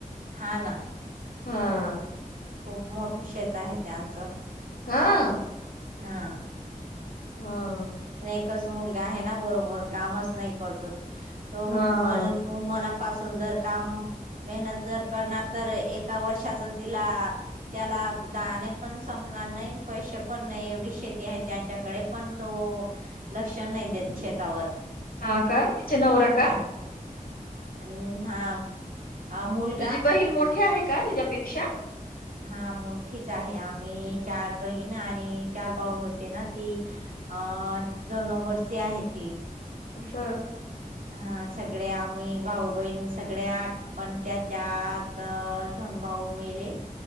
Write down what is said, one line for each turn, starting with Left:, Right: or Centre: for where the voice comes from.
Right: हा ना
Left: हा
Right: खूप मोठ शेत आहे त्यांचं
Left: हा
Right: हा
Left: हा
Right: एकच मुलगा आहे ना बरोबर कामच नाही करतो तो
Left: हा
Right: मन ला मना पासून जर काम मेहनत जर करणार तर एका वर्षाच तिला त्याला दाणे पण संपणार नाही पैसे पण नाही एवढी शेती आहे त्यांच्याकडे पण तो लक्ष नाही देत शेतावर
Left: हा का तिच्या नवरा का?
Right: हा आणि हा हा मुलगा
Left: तुझी बहीण मोठी आहे का तुझ्यापेक्षा
Right: हा मोठीच आहे आम्ही चार बहीण आणि चार भाऊ होते ना ती अ दोन नंबरची आहे ती
Left: अस.
Right: हा सगळे आम्ही भाऊ बहिण सगळे आठ पण त्याच्यात धनु भाऊ मेले.